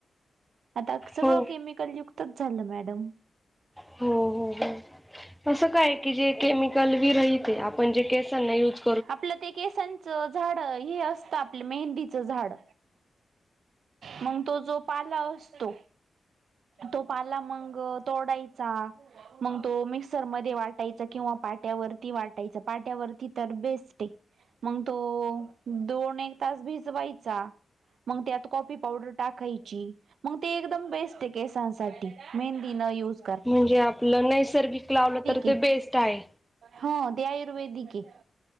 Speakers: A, on the right; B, in the centre.
A: आता सगळं
B: हो
A: केमी कलीयुगत झालं मॅडम.
B: हो हो हो असं काय की जे केमिकल विरहीत आहे आपण जे केसांना युज
A: आपलं ते केसांचं झाड हे असतं आपलं मेहंदीचं झाड. मग तो जो पाला असतो. तो पाला मंग तोडायचा मग तो मिक्सरमध्ये वाटायचा किंवा पाट्यावरती वाटायच पाट्यावरती तर बेस्ट आहे. मग तो दोन एक तास भिजवायचा मग त्यात कॉफी पावडर टाकायची मग ते एकदम बेस्ट ये केसांसाठी मेहंदी न युज
B: म्हणजे आपलं नैसर्गिक लावलं तर
A: आहे
B: ते बेस्ट आहे.
A: हो ते आयुर्वेदिक ये.